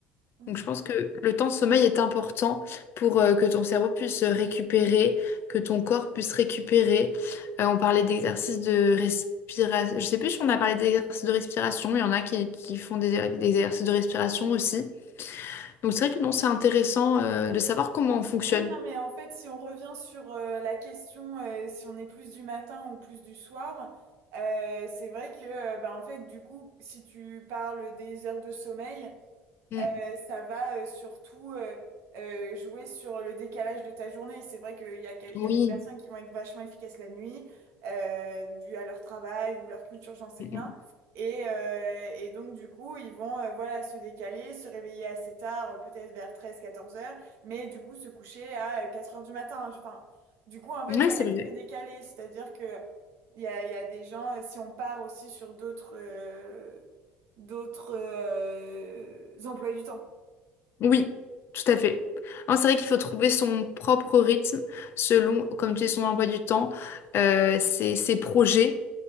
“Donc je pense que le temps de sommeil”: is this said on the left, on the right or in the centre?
Left